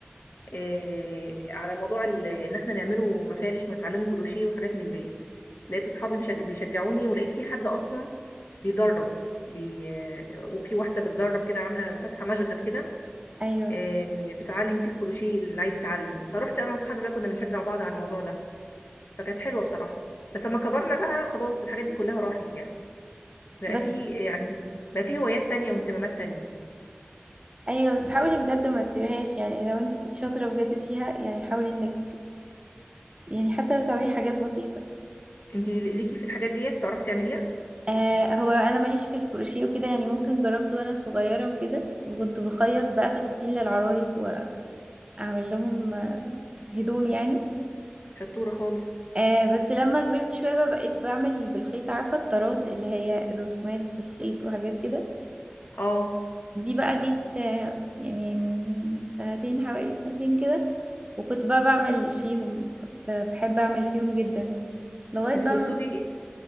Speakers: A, on the left; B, on the right.
A: آه، على موضوع ال- ان احنا نعمله مفارش ونتعلمه كروشيه وحاجات من ديت لقيت اصحابي بيشج- بيشجعوني ولقيت في حد اصلا بيدرب بي... آه، وفي واحده بتدرب كده عامله فاتحه مشغل كده
B: ايوه
A: آه، بتعلم فيه الكروشيه اللي عايز يتعلم فروحت انا واصحابي بقى كنا بنشجع بعض على الموضوع ده فكانت حلوه بصراحه بس لما كبرنا بقى خلاص الحاجات دي كلها راحت يعني بقى
B: بس
A: في يعني بقى في هوايات تانية واهتمامات تانية
B: ايوه بس حاولي بجد ما تسيبهاش يعني لو انت كنت شاطره بجد فيها يعني حاولي انك يعني حتى لو تعملي حاجات بسيطه
A: انتي ليكي في الحاجات ديت تعرفي تعمليها
B: آه هو انا ماليش في الكروشيه وكده يعني ممكن جربت وانا صغيره وكده وكنت بخيط بقى فساتين للعرايس واعمل لهم آه، هدوم يعني
A: شطوره خالص
B: آه بس لما كبرت شويه بقى بقيت بعمل بالخيط عارفه الطرات اللي هي الرسومات بالخيط وحاجات كده
A: اه
B: دي بقى جيت آه، يعني من سنتين حوالي سنتين كده وكنت بقى بعمل فيهم كنت بحب اعمل فيهم جدا لغاية
A: انتي
B: بقى
A: تقصدي
B: م-